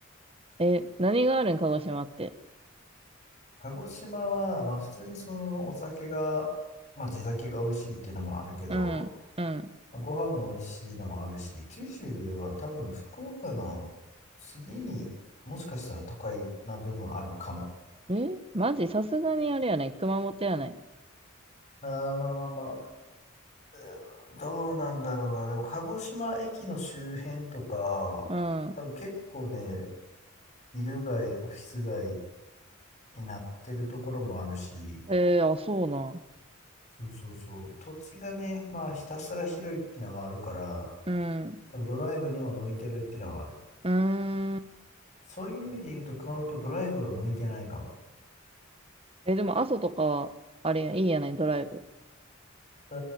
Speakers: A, on the right (about 25°); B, on the left (about 35°).
A: え、何があるん、鹿児島って。
B: 鹿児島は、まあ普通にそのお酒が、まあ地酒が美味しいっていうのもあるけど、
A: うん、うん。
B: ご飯も美味しいのもあるし、九州で言えば多分福岡の次にもしかしたら都会な部分あるかも。
A: え、マジ、さすがにあれやね、熊本やね。
B: あーまあまあまあ、うーんどうなんだろうな。でも鹿児島駅の周辺とか、
A: うん。
B: 多分結構ね、ビル街、オフィス街になってるところもあるし、
A: えー、あ、そうな。
B: そうそうそう、土地がね、まあひたすら広いっていうのもあるから、
A: うん。
B: 多分ドライブにも向いてるっていうのはある。
A: うーん。
B: そういう意味で言うと熊本ドライブは向いてないかも。
A: え、でも、阿蘇とかは、あれや、いいやないドライブ。
B: う